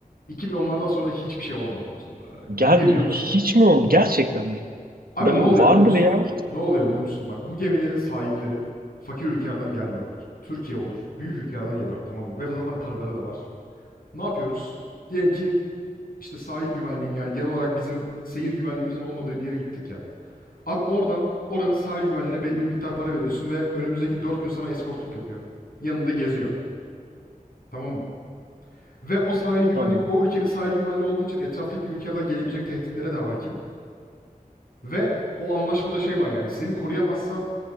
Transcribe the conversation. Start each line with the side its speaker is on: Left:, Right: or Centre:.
Left: 2010'lardan sonra hiçbir şey olmadı korsanlarla alakalı.
Right: Ger
Left: Niye biliyor
Right: hiç
Left: musun?
Right: mi oldu? Gerçekten mi?
Left: Abi
Right: Ben-
Left: ne oluyor
Right: Vardır
Left: biliyor musun?
Right: ya.
Left: Ne oluyor biliyor musun? Bak bu gemilerin sahipleri fakir ülkelerden gelmiyorlar. Türkiye olur. Büyük ülkelerden geliyorlar tamam mı? Ve zaten paraları da var. Ne yapıyoruz? Diyelim ki işte sahil güvenliğin yani genel olarak bizim seyir güvenliğimizin olmadığı bir yere gittik ya. Abi oradan oranın sahil güvenliğine belli bir miktar para veriyorsun ve önümüzdeki 4 gün sana eskortluk yapıyor. Yanında geziyor. Tamam mı? Ve o sahil güvenlik
Right: Tamam.
Left: o ülkenin sahil güvenliği olduğu için etraftaki ülkelerden gelebilecek tehditlere de hakim. Ve o anlaşmada şey var yani seni koruyamazsa